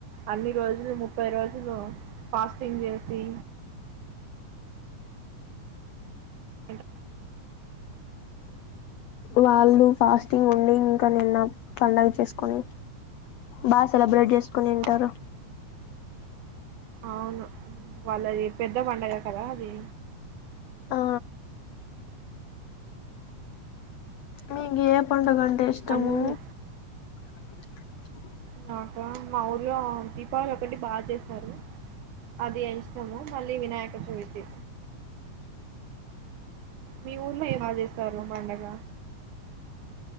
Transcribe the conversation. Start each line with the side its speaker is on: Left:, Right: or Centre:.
Right: అన్ని రోజులు ముప్పై రోజులు ఫాస్టింగ్ చేసి ఎంత
Left: వాళ్ళు ఫాస్టింగ్ ఉండి ఇంక నిన్న పండగ చేసుకొని బా సెలబ్రేట్ చేస్కొని
Right: ఆ
Left: ఉంటారు.
Right: అవును వాళ్ళది పెద్ద పండగ కదా అది
Left: ఆ మీకు ఏ పండగన్ ఇష్టమూ
Right: అన్ని
Left: <inaudible>
Right: నాక మా ఊర్లో దీపావళి ఒకటి బాగా చేస్తారు అది ఇష్టము మళ్ళీ వినాయక చవితి మి ఊర్లో ఎం బాగా చేస్తారు పండగ